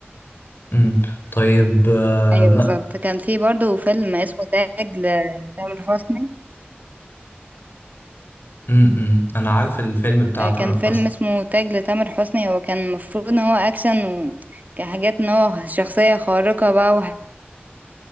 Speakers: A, on the left (about 60°); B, on the right (about 45°).
A: امم طيب آه،
B: ايوه
A: ما
B: بالظبط كان في برضو فيلم اسمه تاج لتامر حسني
A: امم أنا عارف الفيلم بتاع
B: آه،
A: تامر
B: كان فيلم
A: حسني
B: اسمه تاج لتامر حسني هو كان المفروض ان هو اكشن وكحاجات ان هو شخصية خارقة بقى وحاجات